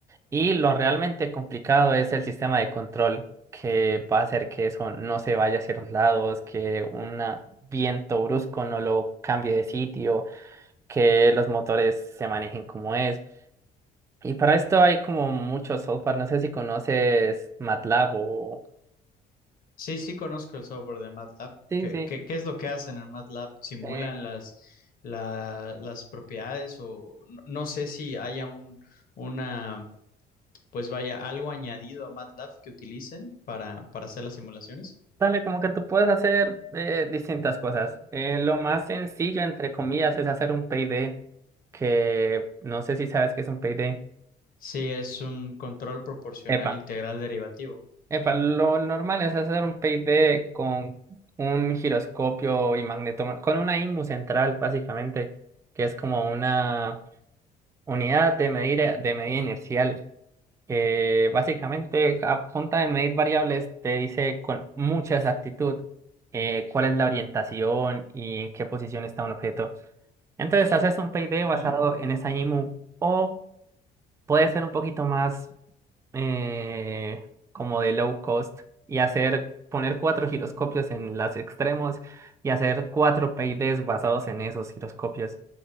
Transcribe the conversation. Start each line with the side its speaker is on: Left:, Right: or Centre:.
Right: y lo realmente complicado es el sistema de control que va a hacer que eso no se vaya hacia los lados, que un viento brusco no lo cambie de sitio, que los motores se manejen como es. Y para esto hay como mucho software, no sé si conoces MATLAB o...
Left: Sí, sí conozco el software de MATLAB.
Right: Sí,
Left: ¿Qué,
Right: sí.
Left: qué, qué es lo que hacen en MATLAB? ¿Simulan
Right: Eh,
Left: las, la- las propiedades o no, no sé si haya un, una, pues vaya, algo añadido a MATLAB que utilicen para, para hacer las simulaciones?
Right: Dale, como que tú puedes hacer eh, distintas cosas. Eh, lo más sencillo, entre comillas, es hacer un payday, que no sé si sabes qué es un payday.
Left: Sí, es un control proporcional
Right: Epa,
Left: integral derivativo.
Right: epa, lo normal es hacer un payday con un giroscopio y magneto, con una IMU central, básicamente, que es como una unidad de medida, de medida inercial. que básicamente a punta de medir variables te dice con mucha exactitud eh, cuál es la orientación y en qué posición está un objeto. Entonces haces un PID
Left: Ujú.
Right: basado en esa IMU o puede ser un poquito más eh, como de low cost y hacer poner cuatro giroscopios en los extremos y hacer cuatro PIDs basados en esos giroscopios